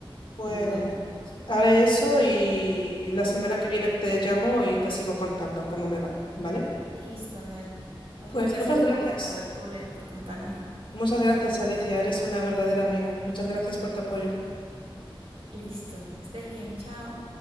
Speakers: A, on the left; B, on the right.
A: Pues
B: Y bueno.
A: haré eso y la semana que viene te llamo y te sigo contando cómo me va, ¿vale?
B: Listo, Ner. Más
A: Pues
B: bien, gracias
A: muchas
B: por
A: gracias.
B: la apertura, por contarme.
A: Muchas gracias, Alicia. Eres una verdadera amiga. Muchas gracias por tu apoyo.
B: Listo, que estés bien, chao.